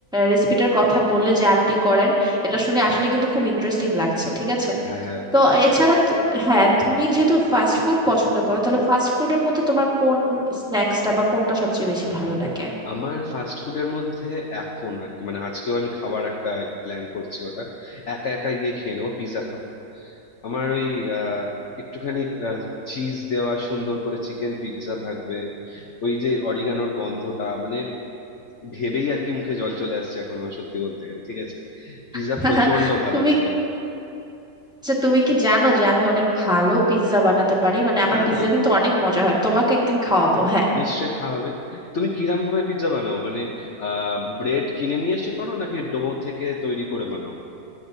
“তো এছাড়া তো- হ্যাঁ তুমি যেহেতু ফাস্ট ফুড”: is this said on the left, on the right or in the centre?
Centre